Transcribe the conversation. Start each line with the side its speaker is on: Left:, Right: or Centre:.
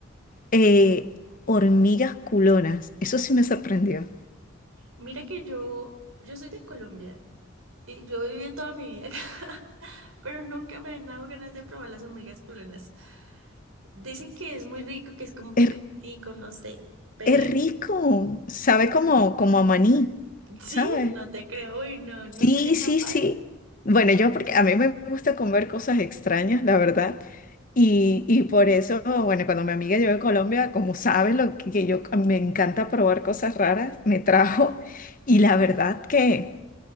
Left: Eh, hormigas culonas. Eso sí me sorprendió.
Right: Mira que yo, yo soy de Colombia y yo viví toda mi vida acá, <laughs> pero nunca me han dado ganas de probar las hormigas culonas. Dicen que es muy rico, que es como
Left: Es
Right: picantico, no sé, pero
Left: Es rico, sabe como, como a maní,
Right: sí,
Left: ¿sabes?
Right: no te creo y no, no
Left: Sí,
Right: sería capaz.
Left: sí, sí. Bueno, yo porque a mí me gusta comer cosas extrañas, la verdad. Y, y por eso, bueno, cuando mi amiga llegó a Colombia, como sabe lo que que yo me encanta probar cosas raras, me trajo. Y la verdad que,